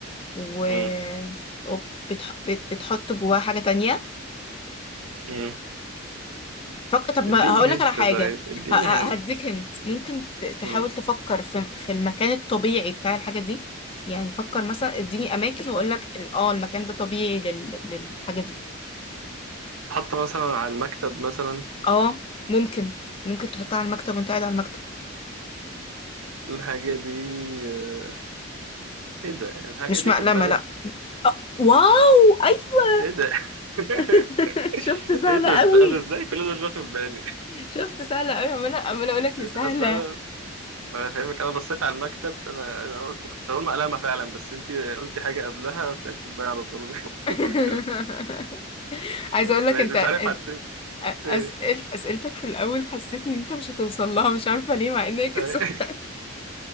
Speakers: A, on the left; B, on the right.
A: و...
B: مم.
A: وبتح... بت... بتحط جواها حاجة تانية
B: مم.
A: فك... طب ما
B: اديني
A: هقولك
B: هنت
A: على حاجة
B: طيب اديني
A: ه... ه-
B: هنت
A: هديك هنت ممكن ت... تحاول
B: مم.
A: تفكر في... في المكان الطبيعي بتاع الحاجة دي يعني فكر مثلا اديني اماكن واقولك ال- اه المكان ده طبيعي لل... للحاجة دي
B: حط مثلا على المكتب مثلا
A: اه ممكن ممكن تحطها على المكتب وانت قاعد على المكتب
B: الحاجة دي آه، ايه ده الحاجة
A: مش
B: دي
A: مقلمة
B: كوباية
A: لا آه، واو أيوه!
B: ايه ده <laughs>
A: <laughs> شفت سهلة
B: ايه ده
A: قوي
B: ازاي انا ازاي كل ده مش واخد بالي
A: شفت سهلة قوي عمالة عمالة اقول لك يا
B: مش
A: سهلة
B: اصل انا ما انا فاهمك انا بصيت على المكتب انا انا قلت- كنت هقول مقلمة فعلا بس انت قلتي حاجة قبلها قلت قال كوباية على طول <laughs>
A: <laughs> عايزة
B: بس
A: اقول لك
B: مش
A: انت
B: عارف
A: أن-
B: حطيت ايه
A: أسئلة أسئلتك في الأول حسيتني إن أنت مش هتوصل لها مش عارفة ليه مع إنك
B: أي.
A: سهلة.
B: <laughs>